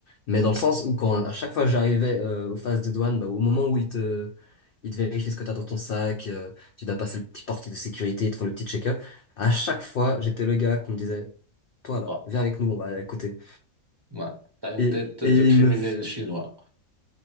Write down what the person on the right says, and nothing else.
Bon,
ouais, t'as une
tête
de criminel
chinois.